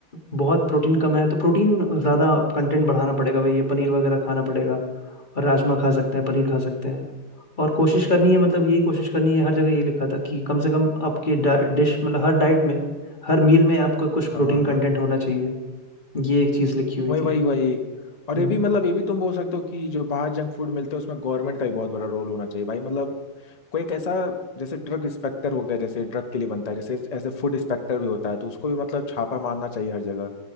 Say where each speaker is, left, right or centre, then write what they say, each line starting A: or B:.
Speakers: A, on the left; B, on the left.
A: बहुत प्रोटीन कम है तो प्रोटीन ज़्यादा कंटेंट बढ़ाना पड़ेगा वही है पनीर वगैरह खाना पड़ेगा और राजमा खा सकते हैं पनीर खा सकते हैं और कोशिश करनी है मतलब यही कोशिश करनी है हर जगह ये लिखा था कि कम से कम आपके डिश मतलब हर डाइट में हर मील में आपको कुछ
B: हाँ
A: प्रोटीन
B: हाँ
A: कंटेंट
B: हाँ।
A: होना चाहिए ये एक चीज़ लिखी हुई
B: वही
A: थी
B: वही वही और
A: हम्म
B: ये भी मतलब ये भी तुम बोल सकते हो कि जो बाहर जंक फूड मिलते हैं उसमें गवर्नमेंट का भी बहुत बड़ा रोल होना चाहिए भाई मतलब कोई एक ऐसा जैसे ड्रग इंस्पेक्टर हो गया जैसे ड्रग के लिए बनता है जैसे ऐसे फूड इंस्पेक्टर भी होता है तो उसको भी मतलब छापा मारना चाहिए हर जगह